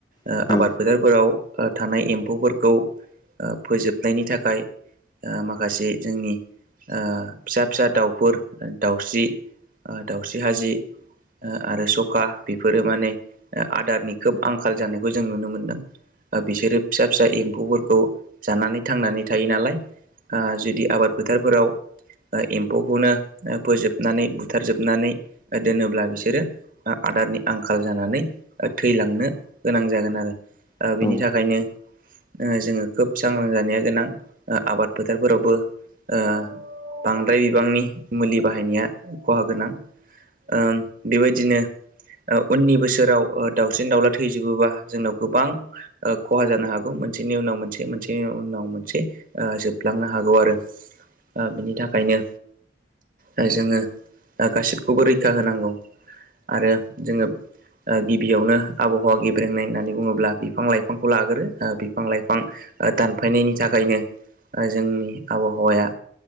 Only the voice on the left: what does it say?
औ
औ नोंथां औ
नोंथां